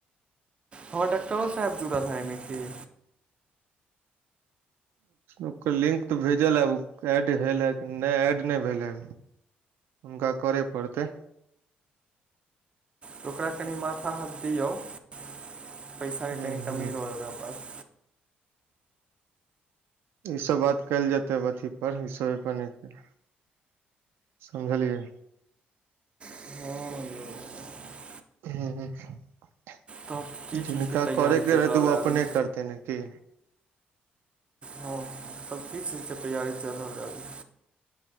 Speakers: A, on the right; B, on the right.
A: हमर डाक्टर साहेब जुड़ल है आइ म की
B: ओकर लिंक तऽ भेजल है एड भेल है न एड न भेल ह हुनका करय पड़तै
A: तऽ ओकरा कनि माथा हाथ दिऔ <unintelligible> पैसाके
B: ह
A: कही कमी
B: ह
A: रहै ओकरा पास
B: ई सब बात कयल जेतै अथी पर ई सब <unintelligible> समझलियै
A: <inaudible>
B: <unintelligible>
A: तब की
B: जिनका
A: चीजके तैयारी
B: करेके
A: चलि
B: रहे
A: रहल
B: त ओ
A: हइ
B: अपने
A: अभी
B: करते न कि
A: हँ तब की चीज क तैयारी चल रहल अभी